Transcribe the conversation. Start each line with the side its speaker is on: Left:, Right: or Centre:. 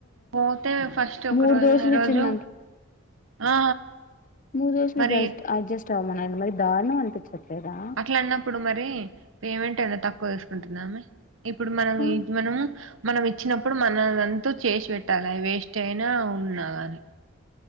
Right: పోతే ఫస్ట్ ఒక
Left: మూడు
Right: రోజు
Left: దోశలు
Right: ఈ రోజు
Left: ఇచ్చిందంట
Right: ఆ
Left: మూడు దోసలు
Right: మరి
Left: జస్ట్ అడ్జస్ట్ అవ్వమన మరి దారుణం అనిపించట్లేదా
Right: అట్లా అన్నప్పుడు మరి పేమెంట్ ఏద తక్కువ తీసుకుంటుంద ఆమె ఇప్పుడు మనం
Left: ఆ
Right: ఇది మనము మనం ఇచ్చినప్పుడు మనదంతో చేసి పెట్టాలి అవి వేస్ట్ అయినా ఉండాల అని